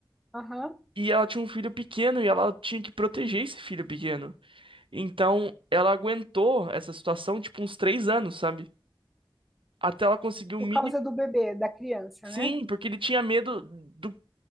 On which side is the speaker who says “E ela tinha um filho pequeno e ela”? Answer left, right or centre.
Right